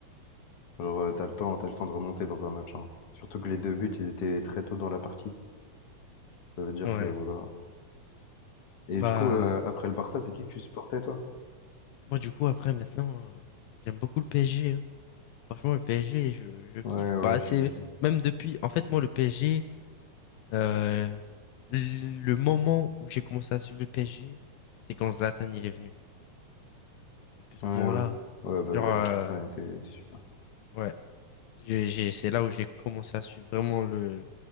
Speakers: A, on the left; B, on the left.
A: genre euh, t'as le temps, t'as le temps de remonter dans un match, hein. Surtout que les deux buts, ils étaient très tôt dans la partie. Ça veut dire
B: Ouais.
A: que voilà. Et
B: Bah,
A: du coup, euh, après le Barça, c'est qui que tu supportais, toi?
B: moi, du coup, après, maintenant, euh, j'aime beaucoup le PSG. hein. Franchement, le PSG, je, je kiffe.
A: Ouais,
B: Bah,
A: ouais, j'imagine.
B: c'est même depuis. En fait, moi, le PSG, euh, l- le moment où j'ai commencé à suivre le PSG, c'est quand Zlatan il est venu. Depuis
A: Ouais,
B: ce moment-là.
A: ouais. Ouais, bah
B: Genre,
A: oui, leur
B: euh,
A: équipe, là, était, était super.
B: ouais. J'ai- j'ai- c'est là où j'ai commencé à suivre vraiment le,